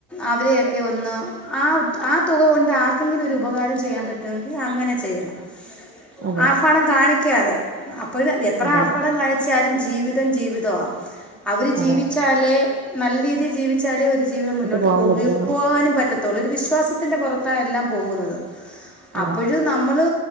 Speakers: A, in the centre; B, on the right.
A: അവരെയൊക്കെ ഒന്ന് ആഹ് ആഹ് തുക കൊണ്ട് ആർക്കെങ്കിലും ഒരു ഉപകാരം ചെയ്യാൻ പറ്റുമെങ്കിൽ അങ്ങനെ ചെയ്യണം
B: അതെ
A: ആർഫാടം കാണിക്കാതെ അപ്പഴ് എത്ര
B: അതെ
A: ആർഫാടം
B: അതെ
A: കാണി ചാലും ജീവിതം ജീവിതവാ അവര് ജീവിച്ചാലേ
B: അതെ
A: നല്ല രീതിയിൽ ജീവിച്ചാലേ ഒര് ജീവിതം മുന്നോട്ട്
B: പോകാൻ
A: പോകുകയും
B: പറ്റുള്ളൂ.
A: പോകാനും പറ്റ് റ്റൊത്തോള്ളു ഒര് വിശ്വാസത്തിന്റെ പുറത്താ എല്ലാം പോകുന്നത്
B: അതെ.
A: അപ്പോഴും ന നമ്മള്